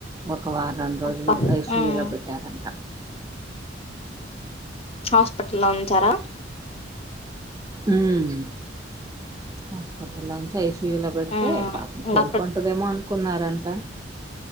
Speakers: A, on the right (about 20°); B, on the left (about 35°).
A: ఒక వారం రోజులు
B: అబ్బా
A: ఐస్యూ
B: ఉమ్
A: లో పెట్టారంట
B: హాస్పిటల్లో ఉంచారా
A: హ్మ్ హాస్పిటల్లో నుంచి ఐసీయూలో పెడితే
B: ఉమ్
A: పాపం కోలుకుంటదేమో
B: అక్కడ
A: అనుకున్నారంట